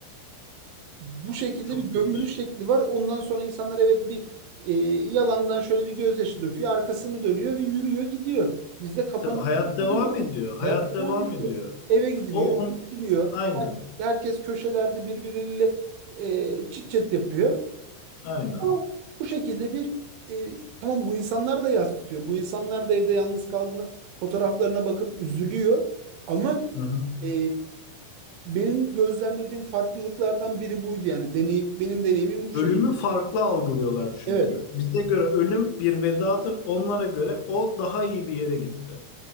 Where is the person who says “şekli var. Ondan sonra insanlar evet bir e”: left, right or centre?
Right